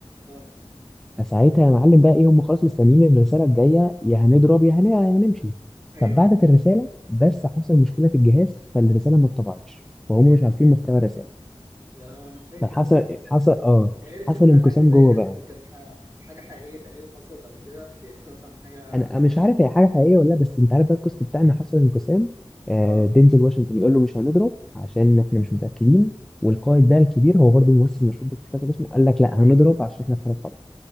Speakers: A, on the right; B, in the centre.
A: اه
B: فساعتها يا معلم بقى ايه هم خلاص مستنيين إن الرساله الجايه يا هنضرب يا هن- يا هنمشي
A: ايوه
B: فبعتت الرساله بس حصل مشكله في الجهاز فالرساله ما اتطبعتش فهم مش عارفين محتوى الرساله
A: يا لو انا فاكر
B: فحصل
A: اصلا
B: حصل
A: هو
B: اه
A: متهيألي الفيلم
B: حصل
A: ده
B: انقسام
A: حاجة زي
B: جوه
A: كانت
B: بقى
A: كانت ح- حاجة حقيقية تقريبا حصلت قبل كده بيحكي مثلا عن حاجة
B: انا مش عارف هي حاجه حقيقيه ولا لا بس انت عارف بقى الكوست بتاعنا حصل انقسام آه
A: اه
B: دينزل واشنطن يقول له مش هنضرب عشان احنا مش متاكدين والقائد بقى الكبير هو برضه ممثل مشهور بس مش فاكر اسمه قال لك لا هنضرب عشان احنا في حاله حرب